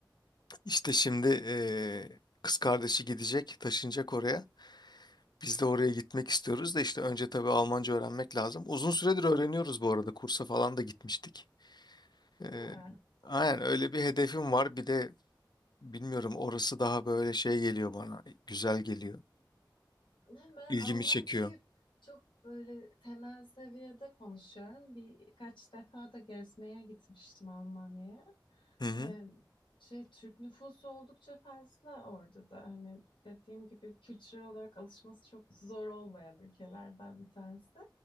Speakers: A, on the left (about 60°); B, on the left (about 85°).
A: İşte şimdi eee, kız kardeşi gidecek, taşınacak oraya. Biz de oraya gitmek istiyoruz da işte önce tabii Almanca öğrenmek lazım. Uzun süredir öğreniyoruz bu arada. Kursa falan da gitmiştik. Ee,
B: Ha.
A: aynen öyle bir hedefim var. Bir de bilmiyorum orası daha böyle şey geliyor bana. Güzel geliyor.
B: Yani Ben
A: İlgimi
B: Almancayı
A: çekiyor.
B: çok böyle temel seviyede konuşuyorum. Birkaç defa da gezmeye gitmiştim Almanya'ya.
A: Hı hı.
B: Ee, şey Türk nüfusu oldukça fazla orada da hani dediğim gibi kültürel olarak alışması çok zor olmayan ülkelerden bir tanesi.